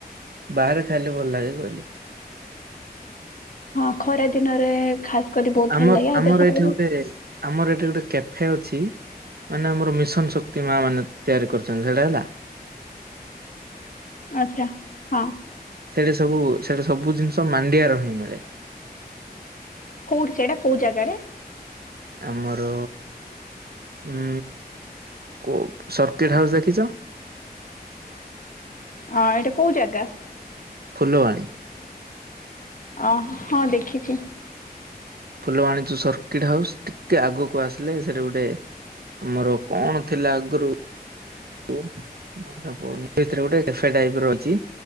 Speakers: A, on the right; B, on the left.
A: ବାହାରେ ଖାଇଲେ ଭଲ ଲାଗେ କହିଲି।
B: ହଁ ଖରା ଦିନରେ। ଖାସ କରି ବହୁତ ଭଲ
A: ଆମର
B: ଲାଗେ ଆଉ
A: ଆମର
B: ଦେହ ପାଇଁ
A: ଏଇଠି ଗୋଟେ ଆମର ଏଇଠି ଗୋଟେ କ୍ୟାଫେ ଅଛି। ମାନେ ଆମର ମିଶନ ଶକ୍ତି ମା ମାନେ ତିଆରି କରିଛନ୍ତି ସେଇଟା ହେଲା।
B: ଆଚଛା ହଁ।
A: ସେଟା ସବୁ ସେଟା ସବୁ ଜିନିଷ ମାଣ୍ଡିଆ ର ହିଁ ମିଳେ।
B: କୋଉଠି ସେଇଟା କୋଉ ଜାଗାରେ?
A: ଆମର ଉ କ ସର୍କିଟ ହାଉସ୍ ଦେଖିଛ?
B: ହଁ ଏଇଟା କୋଉ ଜାଗା?
A: ଫୁଲବାଣୀ।
B: ଅ ହଁ ଦେଖିଛି।
A: ଫୁଲ ବାଣିଛୁ ସର୍କିଟ ହାଉସ୍ ଟିକେ ଆଗକୁ ଆସିଲେ ସେଟା ଗୋଟେ ଆମର କଣ ଥିଲା ଆଗରୁ ମନେ ପଡୁନି ସେଇଥୀ ଭିତରେ ଗୋଟେ ଟାଇପର ଅଛି